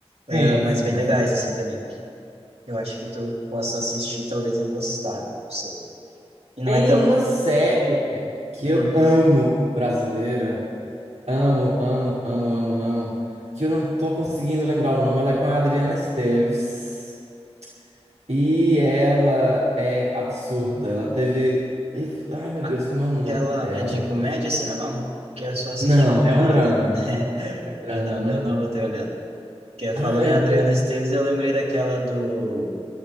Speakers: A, on the right; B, on the right.
A: ah,
B: Sim,
A: mas
B: sim,
A: bem legais,
B: sim.
A: assim, também. Eu acho que tu possa assistir, talvez, e gostar, né? Não sei. E não
B: Tem
A: é tão...
B: uma série que
A: Uhum.
B: eu amo, brasileira. Amo, amo, amo, amo, amo. Que eu não tô conseguindo lembrar o nome. Ela é com a Adriana Esteves. E ela é absurda. Ela teve. Ai, meu
A: Aquela
B: Deus, como é o nome dela?
A: é de comédia, assim, ou não? Que é só assistir.
B: Não, é
A: Ah,
B: um drama.
A: tá. <laughs>
B: Drama.
A: Ah, não, daí eu não vou ter olhado. Porque falou
B: Ai, meu
A: em Adriana
B: Deus.
A: Esteves, eu lembrei daquela do